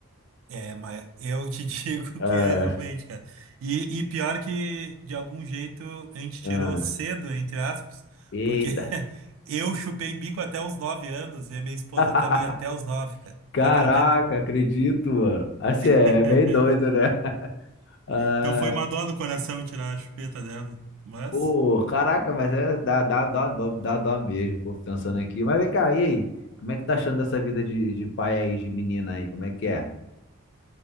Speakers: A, on the right; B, on the left.
A: É, mas eu te <laughs> digo
B: É,
A: que é realmente, cara. E, e pior que, de algum jeito, a gente
B: é.
A: tirou cedo, entre aspas,
B: Eita.
A: porque <laughs> eu chupei bico até os nove anos e a minha esposa
B: <laughs>
A: também até os nove, cara.
B: Caraca,
A: Tu acredita?
B: acredito, mano. Assim,
A: <laughs>
B: é meio doido, né? Ah,
A: Então foi uma dor no coração tirar a chupeta dela. Mas,
B: Pô, caraca, mas é dá, dá, dá, dó- dá, dó mesmo, pô, pensando aqui. Mas vem cá, e aí? Como é que tá achando dessa vida de, de pai aí, de menina aí? Como é que é?